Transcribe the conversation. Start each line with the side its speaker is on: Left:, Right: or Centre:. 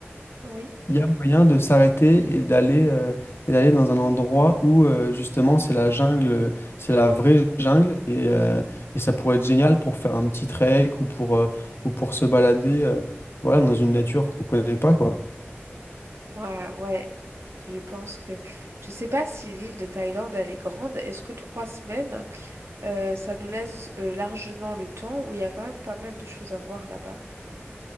Right: Oui.
Left: il y a moyen de s'arrêter et d'aller euh, et d'aller dans un endroit où euh, justement c'est la jungle, c'est la vraie jungle et, euh, et ça pourrait être génial pour faire un petit trek ou pour, euh, ou pour se balader euh, voilà, dans une nature qu'on connaît pas quoi.
Right: Ouais, ouais, je pense que... Je sais pas si l'île de Thaïlande, elle est grande. Est-ce que trois semaines, euh, ça nous laisse euh, largement le temps où il y a quand même pas mal de choses à voir là-bas?